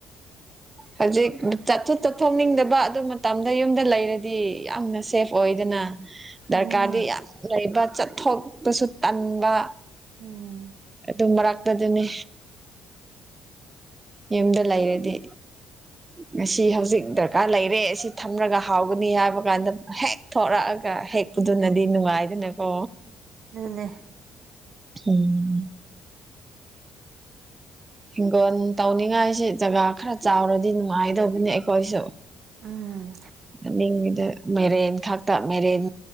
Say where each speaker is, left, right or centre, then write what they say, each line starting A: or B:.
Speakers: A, on the right; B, on the right.
A: ꯍꯧꯖꯤꯛ ꯆꯠꯊ ꯆꯠꯊꯣꯛꯅꯤꯡꯗꯕ ꯑꯗꯨ ꯃꯇꯝꯗ ꯌꯨꯝꯗ ꯂꯩꯔꯗꯤ ꯌꯥꯝꯅ ꯁꯦꯐ ꯑꯣꯏꯗꯅ
B: ꯑꯗꯨꯅꯦ
A: ꯗꯔꯀꯥꯔꯗꯤ ꯌꯥꯝ ꯂꯩꯕ ꯆꯠꯊꯣꯛꯄꯁꯨ ꯇꯟꯕ
B: ꯎꯝ
A: ꯇꯃꯔꯥꯥꯛꯇꯗꯨꯅꯤ ꯌꯨꯝꯗ ꯂꯩꯔꯗꯤ ꯉꯁꯤ ꯍꯧꯖꯤꯛ ꯗꯔꯀꯥꯔ ꯂꯩꯔꯦ ꯑꯁꯤ ꯊꯝꯂꯒ ꯍꯥꯎꯒꯅꯤ ꯍꯥꯏꯕ ꯀꯥꯟꯗ ꯍꯦꯛ ꯊꯣꯔꯛꯑꯒ ꯍꯦꯛ ꯄꯨꯗꯨꯅꯗꯤ
B: ꯎꯝ
A: ꯅꯨꯡꯉꯥꯏꯗꯅꯀꯣ
B: ꯑꯗꯨꯅꯦ
A: ꯎꯝ ꯍꯤꯡꯒꯣꯜ ꯇꯧꯅꯤꯡꯉꯥꯏꯁꯤ ꯖꯒꯥ ꯈꯔ ꯆꯥꯎꯔꯗꯤ ꯅꯨꯡꯉꯥꯏꯗꯧꯕꯅꯤ ꯑꯩꯈꯣꯏꯁꯨ
B: ꯎꯝ
A: ꯅꯃꯤꯡꯒꯤꯗ ꯃꯦꯔꯦꯟ ꯈꯛꯇ ꯃꯦꯔꯦꯟ